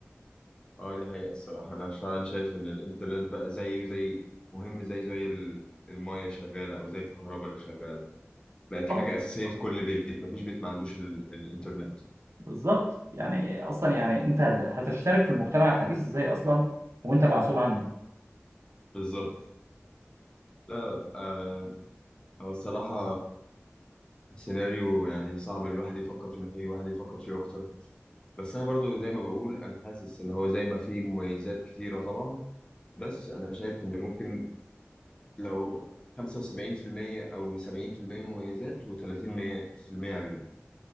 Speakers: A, on the left; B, on the right.
A: اه دي حقيقة الصراحة انا فعلا شايف ان الانترنت بقى زيه زي مهم زي زي ال- المية شغالة او زي الكهرباء اللي شغالة بقت حاجة
B: آه،
A: أساسية في كل بيت مفيش بيت ما عندوش ال- الانترنت
B: بالظبط يعني أصلا يعني أنت هتشترك في المجتمع الحديث إزاي أصلا وأنت معزول عنه
A: بالظبط لا آه هو الصراحة سيناريو يعني صعب الواحد يفكر فيه محتاج الواحد يفكر فيه اكتر بس انا برضو زي ما بقول انا حاسس ان هو زي ما فيه مميزات كتيرة طبعا بس انا شايف ان ممكن لو 75% او 70% مميزات و30% عيوب